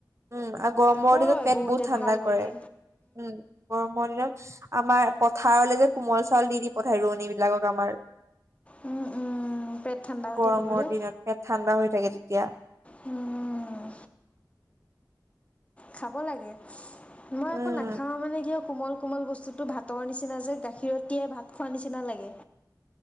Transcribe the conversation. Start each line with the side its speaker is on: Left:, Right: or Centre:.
Right: উম আৰু গৰমৰ
Left: কয়
Right: দিনত পেট
Left: বহুতে
Right: বহুত ঠাণ্ডা
Left: ভাল বুলি
Right: কৰে। উম গৰম মজন <unintelligible> আমাৰ পথাৰলৈ যে কোমল চাউল দি দি পঠাই ৰোৱনীবিলাকক আমাৰ
Left: উম উম পেট ঠাণ্ডা হৈ
Right: গৰমৰ
Left: থাকিবলৈ
Right: দিনতে ঠাণ্ডা হৈ থাকে তেতিয়া
Left: উম, খাব লাগে মই
Right: উম।
Left: একো নাখাও মানে কিয় কোমল-কোমল বস্তুটো ভাতৰ নিচিনা যে গাখীৰ তিয়াই ভাত খোৱাৰ নিচিনা লাগে।